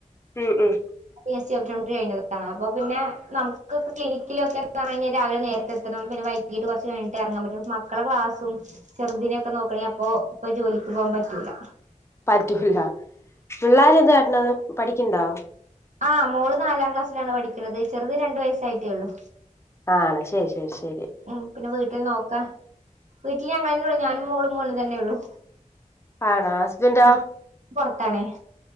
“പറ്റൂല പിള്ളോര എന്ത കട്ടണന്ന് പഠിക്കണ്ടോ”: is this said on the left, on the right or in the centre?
Left